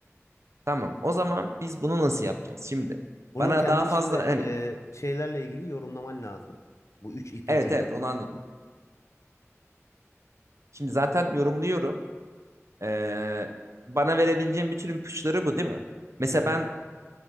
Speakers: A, on the right (about 65°); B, on the left (about 70°).
A: Tamam. O zaman biz bunu nasıl yapacağız şimdi?
B: Bunun
A: Bana
B: kendini
A: daha fazla
B: şimdi
A: hani
B: e, şeylerle ilgili yorumlaman lazım. Bu üç ipucunu.
A: evet evet onu anladım. Şimdi zaten yorumluyorum. Ee, bana verebileceğim bütün ipuçları bu değil mi? Mesela
B: Hı hı.
A: ben